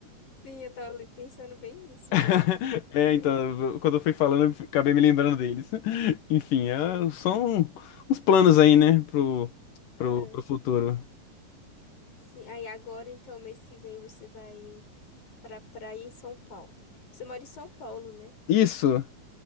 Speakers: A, on the left; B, on the left.
A: Sim, eu tava ali pensando bem nisso mesmo.
B: <laughs> É,
A: <laughs>
B: então, quando eu fui falando, eu acabei me lembrando deles. <laughs> Enfim, é, são uns planos aí, né, pro,
A: É,
B: pro, pro futuro.
A: sim. Aí agora, então, mês que vem você vai pra praia em São Paulo. Você mora em São Paulo, né?
B: Isso,